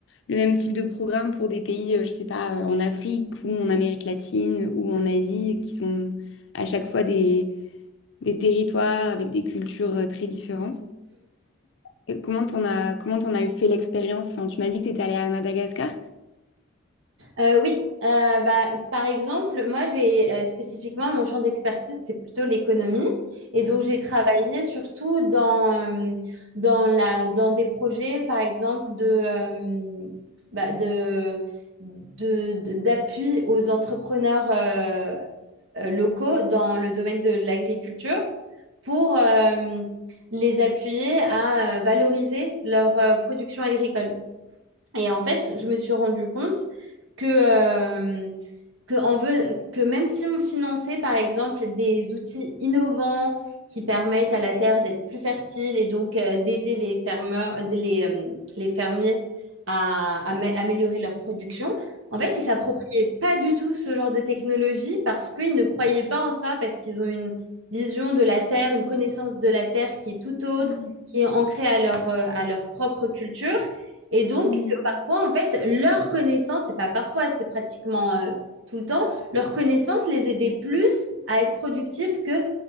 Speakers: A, on the left; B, on the right.
A: le même type de programme pour des pays, euh, je sais pas, euh, en Afrique ou en Amérique latine ou en Asie, qui sont à chaque fois des, des territoires avec des cultures euh, très différentes. Et comment t'en as, comment t'en as eu fait l'expérience? Enfin, tu m'as dit que tu étais allée à Madagascar.
B: Euh, oui, euh, bah, par exemple, moi j'ai euh, spécifiquement mon champ d'expertise, c'est plutôt l'économie. Et donc j'ai travaillé surtout dans, euh, dans, la, dans des projets, par exemple, de, euh, bah, de, de- de- d'appui aux entrepreneurs euh, euh, locaux dans le domaine de l'agriculture pour euh, les appuyer à euh, valoriser leur euh, production agricole. Et en fait, je me suis rendu compte que, euh, que, en ve- que même si on finançait, par exemple, des outils innovants qui permettent à la terre d'être plus fertile et donc euh, d'aider les fermeurs, euh, les, euh, les fermiers à, à amé- améliorer leur production, en fait, ils s'appropriaient pas du tout ce genre de technologie parce qu'ils ne croyaient pas en ça, parce qu'ils ont une vision de la terre, une connaissance de la terre qui est tout autre,
A: Toi,
B: qui est ancrée à leur, euh, à leur propre culture. Et donc,
A: Hmm.
B: que parfois, en fait, leur connaissance, c'est pas parfois, c'est pratiquement euh, tout le temps, leur connaissance les aidait plus à être productifs que